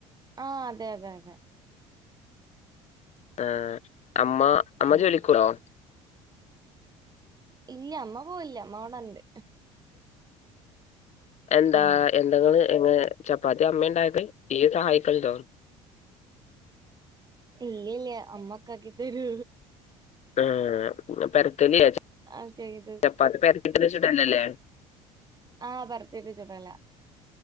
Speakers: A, on the right; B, on the left.
A: ആഹ് അതെ അതെ അതെ
B: ആഹ അമ്മ അമ്മ
A: ആഹ്
B: ജോലിക്കൂപോയോ
A: ഇല്ല അമ്മ പോവല്ല അമ്മ അവിടെണ്ട്
B: എന്താ
A: ഉം
B: എന്തെങ്ക എങ്ങ ചപ്പാത്തി അമ്മയ ഉണ്ടായക്കെ ഇത ആയിക്ക തോ
A: ഇല്ല ഇല്ലേ അമ്മക്ക് അതിന്റെ ഒരു
B: ആഹ പെരത്തലിയ
A: ആ ചെയ്ത്
B: ചപ്പാത്ത് പെരത്തിട്ടന്ന് വെച്ചിട്ടല്ലല്ലേ
A: ആഹ് പറത്തേക്ക് ചുടല്ല